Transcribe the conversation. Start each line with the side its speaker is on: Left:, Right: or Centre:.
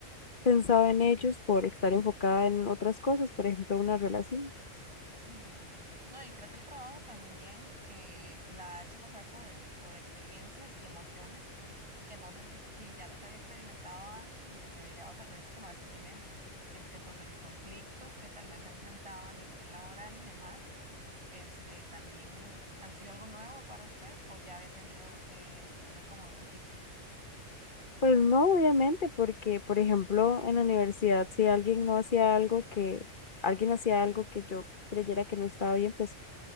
Left: pensaba en ellos por estar enfocada en otras cosas, por ejemplo, una relación.
Right: Ujú. No, y creo que el trabajo también eh, la ha hecho pasar por, por experiencias y emociones que no sé si si ya las había experimentado antes o si las había llevado tal vez como a este nivel, este, porque los conflictos que tal vez ha enfrentado a nivel laboral y demás, este, también han sido algo nuevo para usted o ya había tenido eh, emociones como de ese tipo.
Left: Pues no, obviamente, porque, por ejemplo, en la universidad, si alguien no hacía algo que, alguien hacía algo que yo creyera que no estaba bien, pues